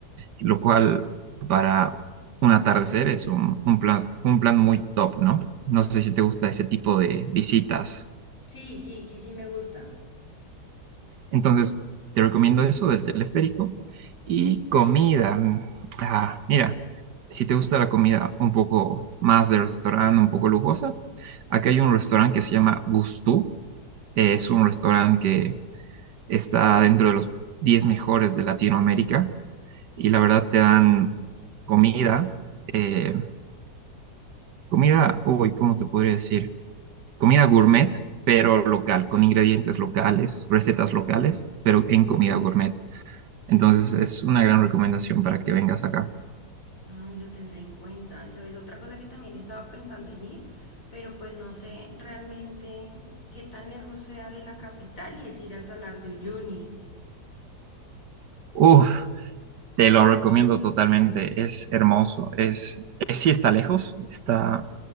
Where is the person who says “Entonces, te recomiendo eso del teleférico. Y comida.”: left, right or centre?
Right